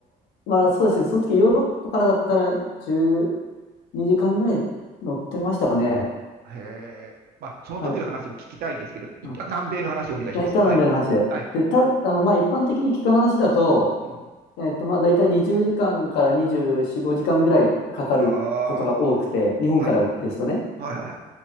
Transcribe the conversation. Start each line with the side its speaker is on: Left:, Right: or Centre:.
Left: ーまあそうですね、その時ヨーロッパからだったら12時間ぐらい乗ってましたかね。
Right: へえ。まあ、その時の話も聞きたいんですけど、
Left: はい。
Right: 一旦南米の話をお願いします。
Left: うん、大体南米の話で。
Right: はい。はい。
Left: で、た、あの、まあ一般的に聞く話だと、
Right: うん。
Left: えっと、まあ大体20時間かんから24、
Right: うん
Left: 5時間ぐらいかかることが多くて、
Right: ああ、
Left: 日本からですとね。
Right: はい。はいはいはい